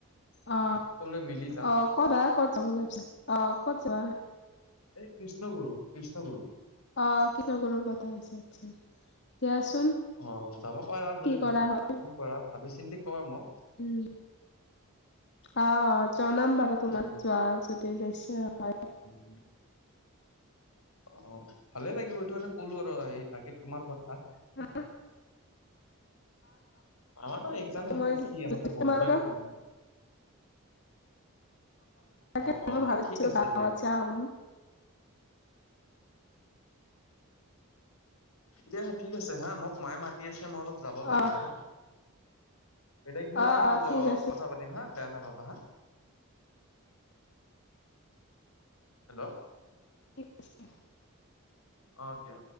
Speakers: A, on the left; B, on the left.
A: অ
B: সকলোৱে মিলি যাম
A: অ ক'ত আৰু ক'ত যোৱা ভাবিছ অ ক'ত যোৱা
B: এই কৃষ্ণগুৰু কৃষ্ণগুৰু
A: অ কি ন কৰ কথা আ হৈছে আচ্ছা দিয়াচোন
B: অ যাব পাৰ আৰু
A: কি
B: যদি
A: কৰা
B: কি
A: হয়।
B: কৰা ভাবি চিন্তি ক মোক
A: উম অ অ জনাম বাৰু তোমাক
B: উম
A: যোৱা যদি যাইছে হয়
B: উম অ অ ভালে লাগিব এইটো মানে ক'লো আৰু আহ বাকী তোমাৰ কথা
A: অ
B: আমাৰতো এক্জাম শেষ
A: মই
B: আৰু কি আমাৰতো
A: য তোমালোকে
B: বন্ধই তেনেহ'লে। অ
A: ক
B: অ
A: ম ভাবিছিলো
B: ঠিক আছে
A: গাাম
B: দিয়া দা হা ঠিক আছে হা মোক মায়ে মা আছে মই অলপ যাব
A: অ',
B: লাগে হা সটাই কিনা
A: অ', অ',
B: লগ
A: ঠিক আছে।
B: কথা পাতিম হা বেয়া নাপাবা হা হেল্ল'
A: কি আ
B: অ দিয়া